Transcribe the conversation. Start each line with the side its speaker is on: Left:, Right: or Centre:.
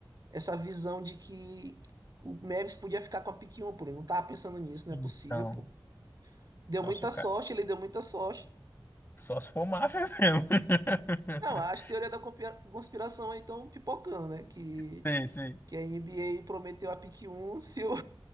Right: essa visão de que o Mavis podia ficar com a pick 1, pô? Ele não tava pensando nisso, não
Left: então.
Right: é possível, pô. Deu
Left: Só
Right: muita
Left: se o
Right: sorte,
Left: cara.
Right: ele deu muita sorte.
Left: Só se for máfia mesmo. <laughs>
Right: Não, as teorias da compira- conspiração aí estão pipocando, né? Que,
Left: Sei, sei.
Right: que a NBA prometeu a pick 1 se o